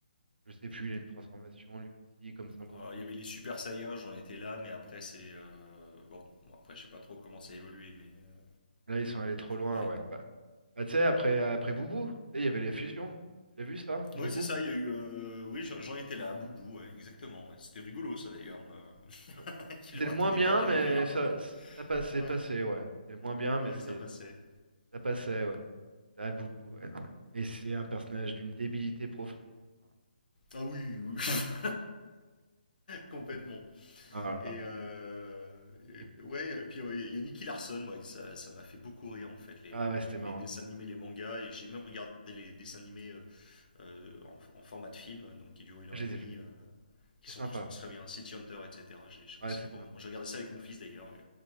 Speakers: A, on the right (about 85°); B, on the left (about 60°).
A: Je sais plus, il a une transformation lui aussi, comme Sangoku.
B: Alors, il y avait les Super Saiyans, j'en étais là, mais après, c'est. euh, Bon, bon, après, je sais pas trop comment ça a évolué, mais. euh,
A: Là, ils sont allés trop loin,
B: Ouais.
A: ouais. Bah, bah, tu sais, après, après Boubou, tu sais, il y avait les fusions. Tu l'as vu ça, Boubou?
B: Oui, c'est ça, il y a eu. euh, Oui, j'en j'en étais là, Boubou, ouais, exactement. ouais. C'était rigolo, ça d'ailleurs. euh,
A: Bon.
B: <laughs>
A: C'était
B: Il leur
A: le
B: a
A: moins
B: donné
A: bien,
B: pas mal
A: mais
B: de fil à retordre.
A: ça, ça passait,
B: Ouais,
A: passé, ouais. C'était le moins bien, mais
B: ouais,
A: c'est,
B: ça passait.
A: ça passait, ouais. Ah, Boubou, ouais, non, mais, mais c'est un personnage d'une débilité profonde. hein. Enfin,
B: Ah oui, oui, <laughs> complètement.
A: Boubou. Ah là. là.
B: Et, euh,
A: Et-
B: et- ouais, et puis euh, il y a Nicky Larson, moi, ça, ça m'a fait beaucoup rire en fait, les,
A: ah ouais, c'était marrant,
B: les dessins
A: Nicolas.
B: animés, les mangas, et j'ai même regardé les dessins animés euh, euh, en, en format de film, donc qui durent une
A: Je
B: heure et
A: les
B: demie,
A: ai vus.
B: euh, qui
A: C'est
B: sont
A: sympa.
B: tous très bien, City Hunter, etc. J'ai j'ai
A: Ouais,
B: passé
A: c'est
B: trop
A: sympa.
B: moments. J'ai regardé ça avec mon fils d'ailleurs, et